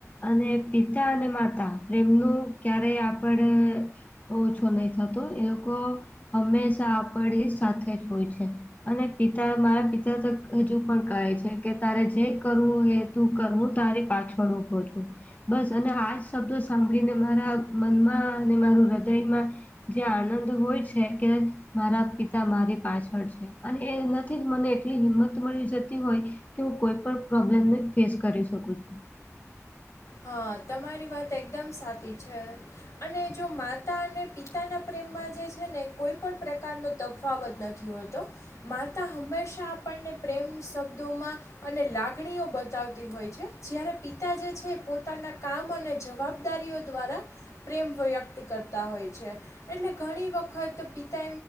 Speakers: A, on the left; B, on the left.
A: અને પિતા અને માતા પ્રેમનું ક્યારે આપણને ઓછો નથી થતો એ લોકો હંમેશા આપડી સાથે જ હોય છે. અને મારા પિતા તો હજુ પણ કહે છે કે તારે જે કરવું એ તું કર હું તારી પાછળ ઉભો છું. બસ અને આજ શબ્દો સાંભળીને મારા મનમાં અને મારા હૃદયમાં જે આનંદ હોય છે કે મારા પિતા મારી પાછળ છે. અને એ નથી જ મને એટલી હિંમત મળી જતી હોય કે હું કોઈ પણ પ્રોબ્લેમ ને ફેસ કરી શકું છું.
B: હા તમારી વાત એકદમ સાચી છે. અને જો માતા અને પિતાના પ્રેમમાં જે છે ને કોઈ પણ પ્રકારનો તફાવત નથી. માતા હંમેશા આપણને પ્રેમભર્યાં શબ્દોમાં અને લાગણીઓ બતાવતી હોય છે જ્યારે પિતા જે છે પોતાના કામ અને જવાબદારીઓ દ્વારા પ્રેમ વ્યક્ત કરતા હોય છે. એટલે ઘણી વખત પિતા